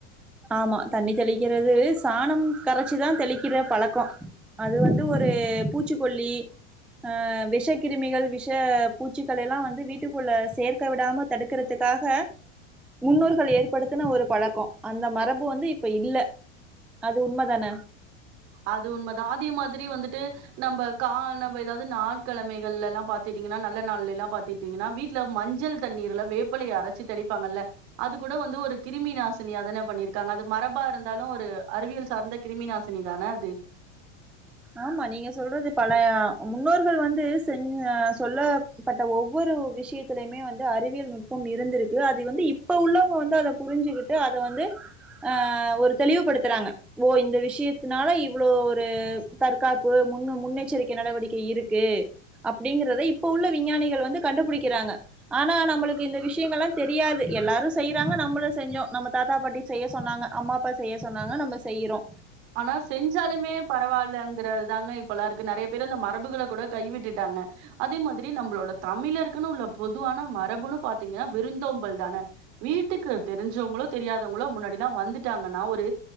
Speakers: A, in the centre; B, on the right (about 60°).
A: ஆமா தண்ணி தெளிக்கிறது சாணம் கரைச்சிதா தெளிக்கிற பழக்கோ அது வந்து ஒரு பூச்சிக்கொல்லி அ விஷ கிருமிகள் விஷ பூச்சிகள் எல்லா வந்து வீட்டுக்குள்ள சேர்க்க விடாம தடுக்கறதுக்காக முன்னோர்கள் ஏற்படுத்துன ஒரு பழக்கோ அந்த மரபு வந்து இப்ப இல்ல அது உண்மதான
B: அது உண்மதா அதே மாதிரி வந்துட்டு நம்ப கா நம்ம ஏதாது நாள் கெழமைகள்லலா பாத்துட்டீங்கனா நல்ல நாள்ல எல்லா பாத்திட்டீங்கனா வீட்ல மஞ்சள் தண்ணீர்ல வேப்பலைய அரச்சு தெளிப்பாங்கல்ல அது கூட வந்து ஒரு கிருமி நாாசினியாதான பண்ணிருக்காங்க அது மரபா இருந்தாலு ஒரு அறிவியல் சார்ந்த கிருமிநாசினி தான அது
A: ஆமா நீங்க சொல்றது பல முன்னோர்கள் வந்து செஞ் சொல்லப்பட்ட ஒவ்வொரு விஷயத்திலயுமே வந்து அறிவியல் நுட்பம் இருந்திருக்கு அது வந்து இப்ப உள்ளவங்க வந்து அத புரிஞ்சுகிட்டு அத வந்து அ ஒரு தெளிவுபடுத்துறாங்க ஓ இந்த விஷயத்துனால இவ் இவ்ளோ ஒரு தற்காப்பு முன் முன்னெச்சரிக்கை நடவடிக்கை இருக்கு அப்டிங்கறத இப்ப உள்ள விஞ்ஞானிகள் வந்து கண்டுபுடிக்கிறாங்க ஆனா நம்ளுக்கு இந்த விஷயங்கள்லா தெரியாது எல்லாரு செய்றாங்க நம்மளு செஞ்சோ நம்ம தாத்தா பாட்டி செய்ய சொன்னாங்க அம்மா அப்பா செய்ய சொன்னாங்க நம்ம செய்யுறோ
B: ஆனா செஞ்சாலுமே பரவால்லங்குற தாங்க இப்பலா இருக்கு நறைய பேர் அந்த மரபுகள கூட கைவிட்டுட்டாங்க அதே மாதிரி நம்பளோட தமிழர்க்குனு உள்ள பொதுவான மரபுன்னு பாத்தீங்கனா விருந் விருந்தோம்பல் தான வீட்டுக்கு தெரிஞ்சவங்களோ தெரியாதவங்களோ முன்னாடில்லா வந்து ட்டாங்கனா ஒரு